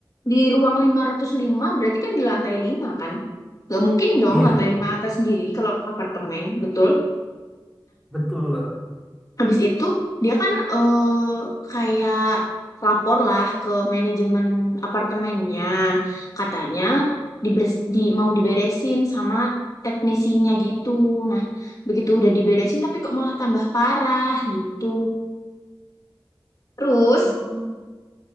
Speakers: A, on the left; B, in the centre.
A: di ruang 505 berarti kan di lantai 5 kan. Gak mungkin dong
B: Iya,
A: lantai 5 atas sendiri kalau apartemen, betul?
B: betul.
A: Habis itu dia kan eh kayak lapor lah ke manajemen apartemennya. Katanya dibers- di, mau diberesin sama teknisinya gitu. Nah, begitu udah diberesin tapi kok malah tambah parah gitu. Terus
B: Hmm,